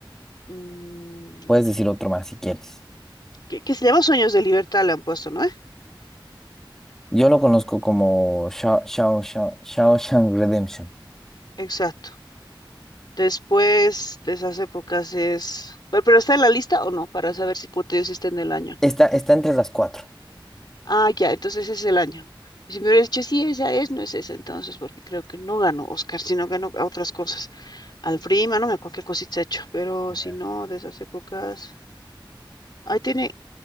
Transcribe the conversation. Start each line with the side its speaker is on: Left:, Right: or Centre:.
Left: Mm,
Centre: puedes decir otro más si quieres.
Left: ¿qué, qué se llama? Sueños de Libertad le han puesto, ¿no? ¿Eh?
Centre: Yo lo conozco como Shao- Shao- Shao- Shawshank Redemption.
Left: Exacto. Después de esas épocas es... Pe- ¿Pero está en la lista o no? Para saber si, como te digo, si está en el año.
Centre: Está, está entre las cuatro.
Left: Ah, ya, entonces ese es el año. Y Si me hubiera dicho, sí, esa es, no es esa, entonces, porque creo que no ganó Oscar, sino ganó a otras cosas. Al Prima, no me acuerdo qué cosita ha hecho, pero
Centre: Ya.
Left: si no, de esas épocas. Ahí tiene,